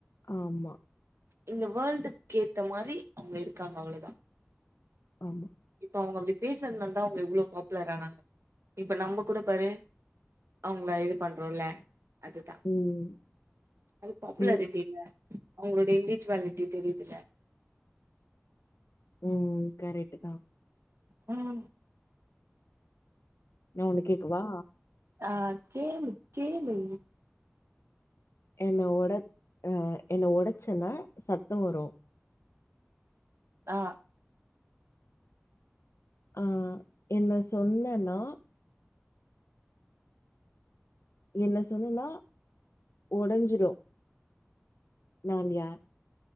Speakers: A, on the left (about 85°); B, on the right (about 70°).
A: ஆமா
B: இந்த வேர்ல்டுக்கு கேத்த மாரி அவூங்க இருக்காங்க அவ்ளோதான்
A: ஆமா
B: அவுங்க அப்படி பேசுனால தான் அவுங்க இவ்ளோ பாப்புலர் ஆனாங்க இப்ப நம்ம கூட பாரு அவுங்கள இது பண்றோம்ல அதுதான்
A: ம்.
B: அது பாப்புலாரிட்டில
A: சரி.
B: அவுங்களுடைய இன்ரிஜுவாலிட்டி தெரிதுல
A: ம் கரெடு தான்
B: உம்
A: நா ஒண்ணு கேக்கவா
B: ஆ கேளு கேளு
A: என்ன ஒட அ என்ன ஒடச்சன்னா சத்த வரூ
B: ஆ
A: ஆ என்ன சொன்னனா என்ன சொன்னன்னா ஒடஞ்சுரு நான் யார்